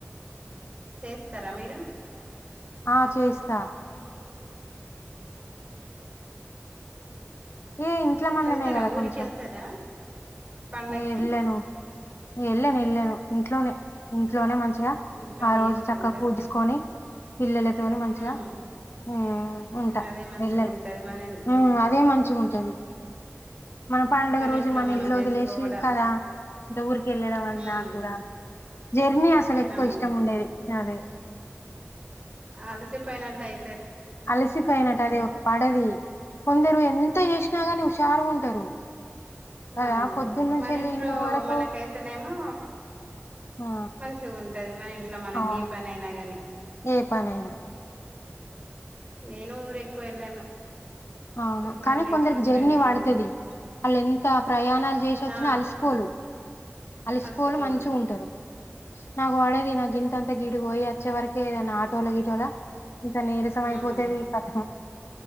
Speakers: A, on the right (about 30°); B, on the left (about 65°).
A: చేస్తారా మీరు
B: ఆ చేస్తా ఇగ ఇంట్ల మందమే
A: ఎళ్తారా
B: కదా
A: ఊరికెళ్తారా
B: కొంచెం
A: పండక్కి
B: ఏ ళ్ళను ఏళ్ళను ఎళ్ళాను ఇంట్లోనే ఇంట్లోనే మంచి
A: ఇంట్లోనే
B: ఆ రోజు
A: చేసుకుంటారా
B: చక్కగా పూడ్జుకొని పిల్లలతోనూ మంచిగా
A: హ్మ్
B: ఉమ్ ఉంటా
A: అదే మంచిగుంటది
B: వెళ్ళను
A: మన ఇన్ హ్మ్
B: ఉ అదే మంచిగ ఉంటది మన పండుగ రోజు
A: ఇంట్లో
B: మన
A: మనం
B: ఇల్లు
A: చేసుకోవడం
B: వదిలేసి కదా ఇంత ఊరికి వెళ్ళడం వల్ల
A: హ్మ్
B: నా కూడా జర్నీ అసలు ఎక్కువ
A: అవును
B: ఇష్టం ఉండేది అదే
A: ఆలసిపోయినట్ట్టాయి
B: అలసిపోయినట్టు అది ఒక పడది కొందరు ఎంత చేసినాగానివుషారుగా ఉంటారు కదా!
A: అవును
B: పొద్దున్నుంచెల్లి
A: మన ఇంట్లో
B: ఈవినింగ్ వరకు
A: మనకైతేనేమో
B: ఆ!
A: మంచిగా ఉంటది మన ఇంట్లో మనకి
B: అవును.
A: ఏ పని అయినా గా ని
B: ఏ పనైనా
A: నేను ఊరు ఎక్కువ వెళ్ళాను
B: అవును
A: ఇంట్లోనే
B: కానీ కొందరికి
A: ఎక్కువ స్పెండ్
B: జర్నీ వాడుతుది
A: చేస్తాను
B: వాళ్ళు ఎంత ప్రయాణాలు చేసి వచ్చిన
A: ఆ!
B: అలసిపోలు అలిసిపోలు
A: అలసిపోరు
B: మంచి ఉంటారు నాక్ వడేది నాకు గింత తే గీడికి ఓయ్ వచ్చేవరకే ఏదన్న ఆటోల గీటోలా ఇంత నీరసం అయిపోతేది
A: ఉమ్
B: ఈ కథం